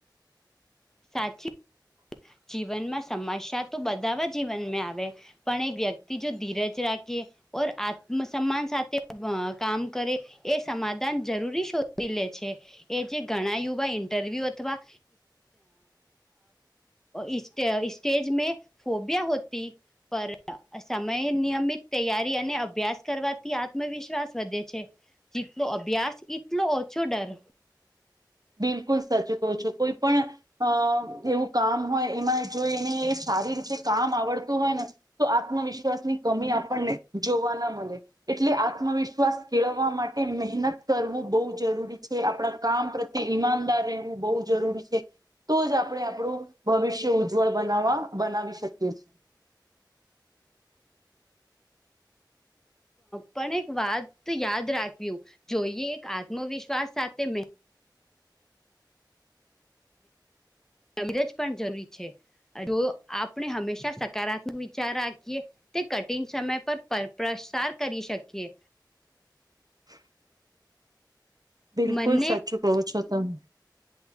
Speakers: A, in the centre; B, on the right.
A: સાચી જીવનમાં સમસ્યા તો બધાવા જીવનમાં આવે પણ એક વ્યક્તિ જો ધીરજ રાખી ઓર આત્મસન્માન સાથે કામ કરે એ સમાધાન જરૂરી શોધી લે છે. એ જે ઘણા યુવા ઇન્ટરવ્યૂ અથવા ઇસ સ્ટે સ્ટેજ મે ફોબિયા હોતી પર સમય નિયમિત તૈયારી અને અભ્યાસ કરવાથી આત્મવિશ્વાસ વધે છે. જીતનો અભ્યાસ ઈટનો ઓછો ડર.
B: બિલકુલ સાચું કહો છો કોઈ પણ અ એવું કામ હોય એમાં જો એને સારી રીતે કામ આવડતું હોય ને તો આત્મવિશ્વાસ ની કમી આપણને જોવા ના મલે. એટલે આત્મવિશ્વાસ કેળવવા માટે મહેનત કરવું બહુ જરૂરી છે આપણા કામ પ્ર પ્રત્યે ઈમાનદાર રહેવું બહુ જરૂરી છે. તો જ આપણે આપણું ભવિષ્ય ઉજ્જવળ બનાવવા બનાવી શકીએ છીએ.
A: પણ એક વાત યાદ રાખ્યું જોઈએ એક આત્મવિશ્વાસ સાથે મહે અમરજ પણ જરૂરી છે તો આપણે હંમેશા સકારાત્મક વિચાર રાખીએ તે કઠિન સમય પર પર પ્રસાર કરી શકીએ.
B: <inaudible> બિલકુલ
A: મનને
B: સાચું કહો છો તમે.